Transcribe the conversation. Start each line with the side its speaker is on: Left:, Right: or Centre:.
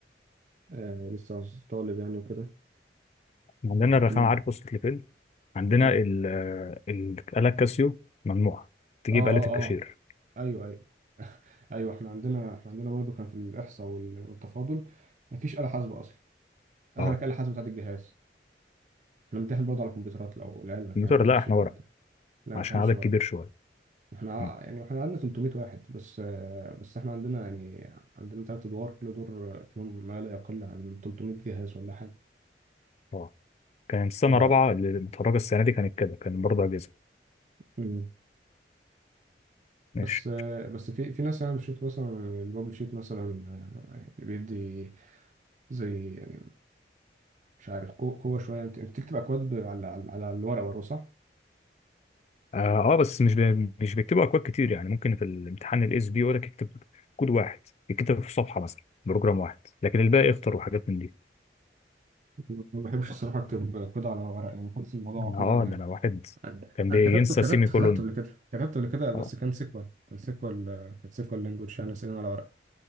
Right: آه لسه طالب يعني وكده
Left: عندنا
Right: والدنيا
Left: الرخامه عارف وصلت لفين عندنا
Right: إيه.
Left: ال- الآلة الكاسيو ممنوعة تجيب
Right: آه
Left: آلة
Right: آه
Left: الكاشير
Right: آه أيوه أيوه <laughs> أيوه إحنا عندنا إحنا عندنا برضه كان في الإحصاء وال- والتفاضل مفيش آلة حاسبة أصلا آخرك
Left: اه
Right: آلة حاسبة بتاعت الجهاز إحنا بنمتحن برضه على الكمبيوترات لو لعلمك
Left: الكمبيوتر
Right: يعني ما بنمتحنش
Left: لا احنا
Right: يعني
Left: ورق
Right: أنت لا ما
Left: عشان
Right: بنمتحنش
Left: عدد
Right: ورق
Left: كبير شوية
Right: إحنا ع-
Left: مم.
Right: يعني إحنا عندنا 300 واحد بس آه بس إحنا عندنا يعني عندنا تلات أدوار كل دور فيهم ما لا يقل عن 300 جهاز ولا حاجة
Left: اه كانت سنة
Right: ف
Left: رابعة اللي متخرجة السنة دي كانت كده كان برضه أجهزة
Right: مم.
Left: ماشي
Right: بس بس في في ناس انا بشوف مثلا البابل شيت مثلا آه، يعني بيدي زي يعني مش عارف قو- قوه شويه انت أنت بتكتب اكواد ب- على على على الورق برضه صح؟
Left: اه آه، بس مش ب... مش بيكتبوا اكواد كتير يعني ممكن في الامتحان الاس بي يقول لك اكتب كود واحد يكتب في صفحه مثلا بروجرام واحد لكن الباقي اختر وحاجات من دي
Right: ما بحبش الصراحه اكتب كود على ورق يعني بحس الموضوع
Left: انا
Right: عقيم
Left: اه
Right: قوي يعني
Left: ده انا واحد
Right: انا
Left: كان
Right: أنا
Left: بينسى
Right: كتبت كتبت
Left: سيمي كولون
Right: كتبت قبل كده كتبت قبل كده بس
Left: اه
Right: كان سيكوال كان سيكوال كان سيكوال لانجوج يعني سيكوال على ورق